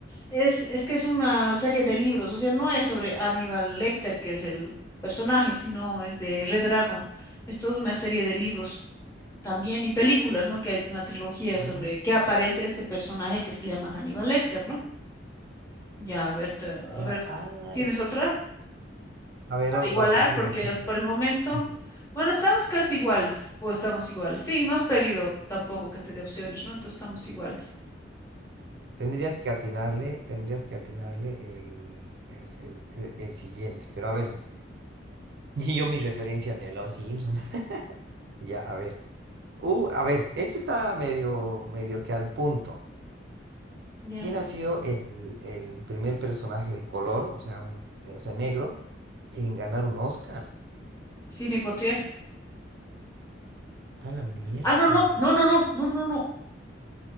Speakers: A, on the left; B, on the right.
A: Es, es que es una serie de libros, o sea, no es sobre Aníbal Lecter, que es el personaje, sino es de Red Dragon. Es toda una serie de libros también y películas, ¿no? Que hay una trilogía
B: Ah,
A: sobre que aparece este personaje que se llama Aníbal Lecter, ¿no? Ya, a ver, te- a
B: ya,
A: ver,
B: ay.
A: ¿tienes otra?
B: A ver,
A: Para
B: otra,
A: igualar,
B: otra, sí,
A: porque
B: porque...
A: es por el momento,
B: <laughs>
A: bueno, estamos casi iguales, o estamos iguales. Sí, no has pedido tampoco que te dé opciones, ¿no? Entonces estamos iguales.
B: Tendrías que atinarle, tendrías que atinarle el, el, el- el- e, el siguiente. Pero a ver, <laughs> y yo mi referencia de los Simpsons. <laughs> Ya, a ver. Uh, a ver, este está medio, medio que al punto.
A: Ya,
B: ¿Quién ha sido el, el primer personaje de color, o sea, un- eh, o sea, negro, en ganar un Oscar?
A: sin hipoteca.
B: A la miércoles.
A: Ah, no, no, no,
B: cu-
A: no, no, no, no, no.